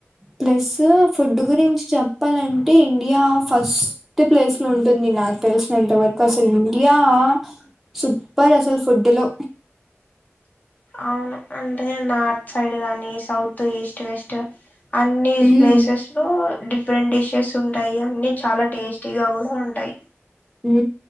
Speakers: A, in the centre; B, on the left.
A: ప్లస్ ఫుడ్ గురించి చెప్పాలంటే ఇండియా ఫస్ట్ ప్లేస్ లో ఉంటుంది నాకు తెలిసినంత వరకు అసలు ఇండియా సూపర్ అసలు ఫుడ్ లో
B: అవును అన్ టే నార్త్ సైడ్ గాని సౌత్ ఈస్ట్ వెస్ట్ అన్ని
A: హ్మ్
B: ప్లేసెస్ లో డిఫరెంట్ డిషెస్ ఉంటాయి అన్ని చాలా టేస్టీగా కూడా ఉంటాయి
A: ఊ